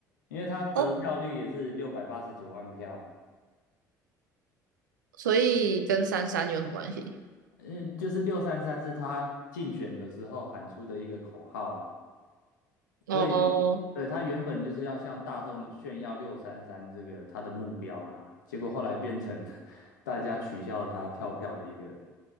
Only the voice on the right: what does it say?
哦所以跟三三有什么关系？
哦，